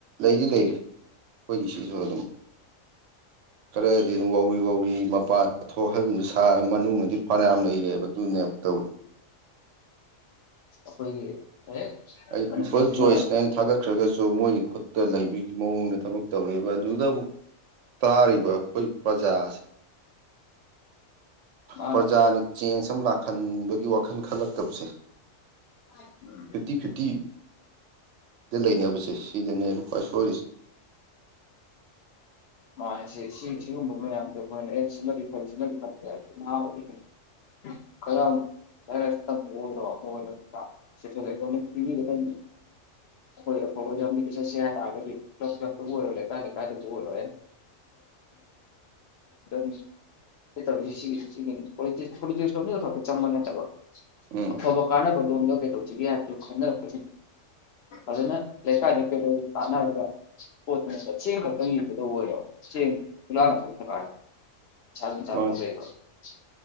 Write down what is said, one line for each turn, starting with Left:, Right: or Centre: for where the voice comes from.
Right: ꯂꯩꯗꯤ ꯂꯩꯔ‌ꯦ ꯑꯩꯈꯣꯏꯒꯤ ꯁꯤꯁꯨ ꯑꯗꯨꯝ꯫ ꯈꯔꯗꯤ ꯑꯗꯨꯝ ꯋꯥꯥꯎꯔꯤ ꯋꯥꯥꯎꯔꯤ ꯃꯄꯥꯟ ꯊꯣꯛꯍꯟꯕ ꯁꯥꯔ ꯃꯅꯨꯡꯗꯗꯤ ꯐꯅꯌꯥꯝ ꯂꯩꯔꯦꯕ ꯑꯗꯨꯅꯦꯕ ꯇꯧ
Left: ꯑꯩꯈꯣꯏꯒꯤ ꯑꯦ
Right: ꯑꯩ
Left: ꯃꯅꯤꯄꯨꯔꯁꯤꯅ
Right: ꯄꯤꯄꯜ ꯆꯣꯏꯁꯅꯦ ꯊꯥꯒꯠꯈ꯭ꯔꯒꯁꯨ ꯃꯣꯏꯒꯤ ꯈꯨꯠꯇ ꯂꯩꯕꯒꯤ ꯃꯑꯣꯡꯗ ꯊꯕꯛ ꯇꯧꯔꯦꯕ ꯑꯗꯨꯗ ꯑꯃꯨꯛ ꯇꯥꯔꯤꯕ ꯑꯩꯈꯣꯏ ꯄ꯭ꯔꯖꯥꯁꯤ
Left: ꯃꯥꯅꯦ
Right: ꯄ꯭ꯔꯖꯥꯅ ꯆꯦꯟꯖ ꯑꯃ ꯂꯥꯛꯍꯟꯕꯒꯤ ꯋꯥꯈꯜ ꯈꯜꯂꯛꯇꯕꯁꯦ
Left: <inaudible>
Right: ꯐꯤꯞꯇꯤ ꯐꯤꯞꯇꯤ ꯗ ꯂꯩꯅꯕꯁꯦ ꯁꯤꯗꯅꯦꯕ ꯈ꯭ꯋꯥꯏ ꯁꯣꯏꯔꯤꯁꯦ꯫
Left: ꯃꯥꯅꯦ ꯁꯤ ꯁꯤ ꯁꯤꯒꯨꯝꯕ ꯃꯌꯥꯝꯁꯦ ꯑꯩꯈꯣꯏꯅ ꯑꯦ ꯁꯤꯃꯗꯤ ꯐꯩ ꯁꯤꯃꯗꯤ ꯐꯠꯇꯦ <unintelligible> <unintelligible> <unintelligible> ꯑꯩꯈꯣꯏ ꯑꯐꯕ ꯂꯝꯕꯤꯗ ꯆꯠꯁꯦ ꯍꯥꯏ ꯇꯔꯒꯗꯤ ꯀ꯭ꯂꯕ ꯀ꯭ꯂꯕꯇꯕꯨ ꯑꯣꯏꯔꯣ ꯂꯩꯀꯥꯏ ꯂꯩꯀꯥꯏꯗꯕꯨ ꯑꯣꯏꯔꯣ <unintelligible> <unintelligible> ꯆꯪꯕ ꯅꯠꯇꯕ꯫
Right: ꯎꯝ
Left: ꯑꯐꯕ ꯀꯥꯟꯅꯕ ꯂ‌ꯣꯝꯗ ꯀꯩꯗꯧꯁꯤꯒꯦ ꯍꯥꯏꯕꯗꯨ ꯈꯟꯅꯔꯛꯄꯁꯤ ꯐꯖꯅ ꯂꯩꯀꯥꯏꯗ <unintelligible> ꯇꯅꯔꯒ
Right: ꯃꯥꯅꯤ
Left: <unintelligible> <unintelligible>